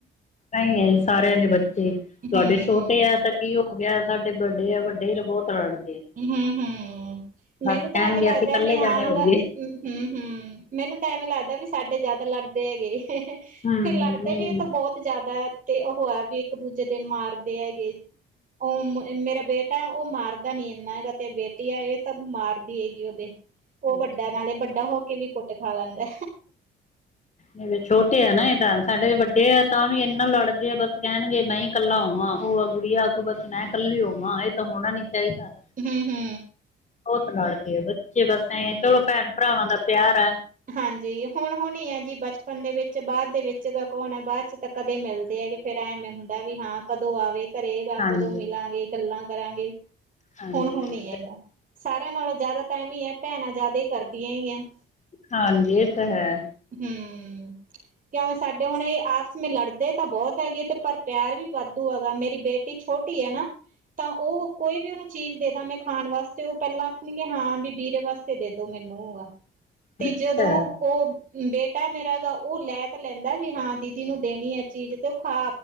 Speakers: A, on the left; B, on the right.
A: ਨਈ-ਨਈ ਸਾਰਿਆਂ ਦੇ ਬੱਚੇ ਈ। ਤੁਹਾਡੇ
B: ਹੂੰ-ਹੂੰ।
A: ਛੋਟੇ ਆ ਤਾਂ ਕੀ ਹੋ ਗਿਆ, ਸਾਡੇ ਵੱਡੇ ਆ, ਵੱਡੇ ਈ ਬਹੁਤ ਲੜਦੇ।
B: ਹਮ ਹਮ, ਮੈਨੂੰ
A: ਕਹਿਣਗੇ
B: ਤਾਂ ਐਵੇਂ ਲੱਗਦਾ
A: ਅਸੀਂ ਇਕੱਲੇ
B: ਕਿ ਹਾਂ
A: ਜਾਣੇ ਹੋਈਏ
B: ਅਗਰ ਹਮ ਹਮ। ਮੈਨੂੰ ਤਾਂ ਐਵੇਂ ਲੱਗਦਾ ਵੀ ਸਾਡੇ ਜਿਆਦਾ ਲੜਦੇ ਹੈਗੇ, ਹ ਹ,
A: ਹਮ
B: ਫੇਰ ਲੜਦੇ
A: ਨਹੀਂ
B: ਵੀ ਇਹ ਤਾ ਬਹੁਤ। ਜਿਆਦਾ ਤੇ ਉਹੋ ਹੈ ਵੀ ਇੱਕ ਦੂਜੇ ਦੇ ਮਾਰਦੇ ਹੈਗੇ, ਉ ਮੇਰਾ ਬੇਟਾ। ਟਾ ਉਹ ਮਾਰਦਾ ਨੀ ਇੰਨਾ ਹੈਗਾ, ਤੇ ਬੇਟੀ ਐ ਇਹ ਤਾਂ ਮਾਰਦੀ ਹੈਗੀ ਉਹ ਦੇ।
A: ਅੱਛਾ
B: ਉਹ ਵੱਡਾ ਨਾਲੇ, ਵੱਡਾ ਹੋ ਕੇ ਵੀ ਕੁੱਟ ਖਾ ਲੈਂਦਾ।
A: ਹਾਲੇ ਛੋਟੇ ਆ ਨਾ ਏ ਤਾਂ, ਸਾਡੇ ਵੱਡੇ ਆ ਤਾਂਵੀ ਇੰਨਾ ਲੜਦੇ ਆ ਬਸ ਕਹਿਣਗੇ ਨਈ। ਇਕੱਲਾ ਹੋਵਾਂ, ਉਹ ਆ ਗੁੜੀਆ ਆਖੂ ਬਸ, ਮੈਂ ਕੱਲੀ ਹੋਵਾਂ ਇਹ ਤਾਂ ਹੋਣਾ ਨੀ ਚਾਹੀਦਾ।
B: ਹਮ ਹਮ।
A: ਬਹੁਤ ਲੜਦੇ, ਬੱਚੇ ਬਸ ਐ ਚਲੋ ਭੈਣ-ਭਰਾਵਾਂ ਦਾ ਪਿਆਰ ਆ।
B: ਹਾਂਜੀ, ਹੁਣ-ਹੁਣ ਹੀ ਐ ਜੀ ਬਚਪਨ ਦੇ ਵਿੱਚ ਬਾਅਦ ਦੇ ਵਿੱਚ ਤਾਂ ਕੌਣ ਐ, ਬਾਅਦ ਚ ਤਾਂ ਕਦੇ ਮਿਲਦੇ ਹੈਗੇ। ਫੇਰ ਐਵੇਂ ਹੁੰਦਾ ਵੀ ਹਾਂ, ਕਦੋਂ ਆਵੇ ਘਰੇ,
A: ਹਾਂਜੀ
B: ਕਦੋਂ ਮਿਲਾਂਗੇ, ਗੱਲਾਂ ਕਰਾਂਗੇ।
A: ਹਾਂਜੀ
B: ਹੁਣ-ਹੁਣ ਨੀ ਹੈਗਾ, ਸਾਰਿਆਂ ਨਾਲੋਂ ਜ਼ਿਆਦਾ ਤਾਂ ਇਵੇਂ ਈ ਐ ਭੈਣਾਂ ਜ਼ਿਆਦਾ ਹੀ ਕਰਦੀਆਂ ਹੈਗੀਆਂ।
A: ਹਾਂਜੀ, ਏ ਤਾਂ ਹੈ।
B: ਹਮ।
A: <unintelligible>
B: ਕਿਉ ਏ ਸਾਡੇ ਹੁਣ ਇਹ ਆਪਸ ਮੇਂ ਲੜਦੇ ਤਾਂ ਬਹੁਤ ਹੈਗੇ ਤੇ ਪਰ ਪਿਆਰ ਵੀ ਵਾਧੂ ਹੈਗਾ ਮੇਰੀ ਬੇਟੀ ਛੋਟੀ ਛੋਟੀ ਐ ਨਾ। ਤਾਂ ਉਹ ਕੋਈ ਵੀ ਉਹਨੂੰ ਚੀਜ਼ ਦੇ ਦਾ ਮੈਂ ਖਾਣ ਵਾਸਤੇ ਉਹ ਪਹਿਲਾਂ ਆਖਣਗੇ ਹਾਂ ਵੀ ਵੀਰੇ ਵਾਸਤੇ। ਤੇ ਦੇਦੋ ਮੈਨੂੰਗਾ ਤੇ
A: ਅੱਛਾ
B: ਜਦੋਂ ਉਹ। ਬੇਟਾ ਮੇਰਾ ਦਾ ਉਹ ਲੈ ਤਾਂ ਲੈਂਦਾ ਵੀ ਹਾਂ ਦੀਦੀ ਨੂੰ ਦੇਣੀ ਐ ਚੀਜ਼ ਤੇ ਉਹ ਖਾ।